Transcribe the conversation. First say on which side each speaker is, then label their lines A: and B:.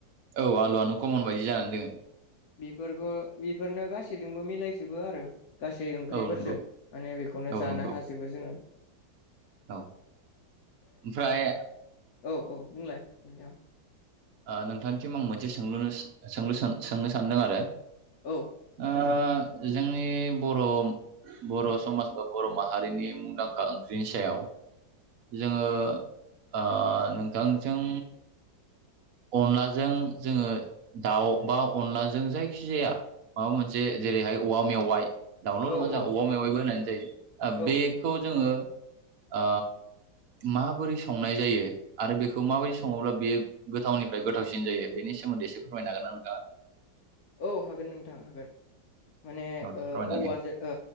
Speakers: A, on the right; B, on the left.
A: औ आलुआनो कमन बायदि जानानै दोङो
B: बेफोर <unintelligible> बेफोरनो गासैजोंबो मिलायजोबो आरो गासै ओंख्रिफोरजों
A: औ नंगौ
B: माने बेखौनो
A: औ
B: जानो
A: नंगौ
B: हाजोबो जोङो
A: औ ओमफ्राय
B: औ औ बुंलाय नोंथां
A: ओ नोंथांनिसिम आं मोनसे सोंलुनो सोंलु सोन सोंनो सानदों आरो
B: औ
A: ओ
B: जागोन
A: जोंनि बरम बर' समाज बा बर' माहारिनि मुंदांखा ओंख्रिनि सायाव जोङो ओ नोंथांजों अनलाजों जोङो दाउ बा अनलाजों जायखि जाया माबा मोनसे जेरैहाय औवा मेवाइ दाउल'
B: औ
A: नङा जोंहा
B: औ
A: औवा मेवायबो होननानै जायो ओ
B: औ
A: बेखौ
B: नंगौ
A: जोङो ओ माबोरै संनाय जायो आरो बेखौ माबायदि सङोब्ला बेयो गोथावनिफ्राय गोथावसिन जायो बेनि सोमोन्दै एसे फोरमायनो हागोन ना नोंथाङा?
B: औ हागोन नोंथां हागोन माने
A: औ दे
B: ओ
A: फोरमायनानै
B: औवाजो ओ